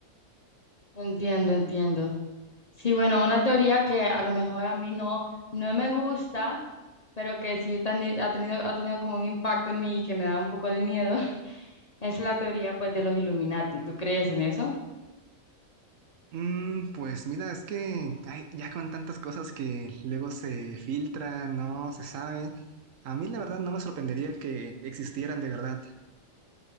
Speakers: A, on the left; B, on the right.
A: entiendo, entiendo. Sí, bueno, una teoría que a lo mejor a mí no, no me gusta pero que sí tan- ha tenido, ha tenido como un impacto en mí que me da un poco de miedo, <laughs> es la teoría pues de los Illuminati. ¿Tú crees en eso?
B: Mm, pues mira, es que ay, ya con tantas cosas que luego se filtran, no se sabe, a mí la verdad no me sorprendería que existieran de verdad.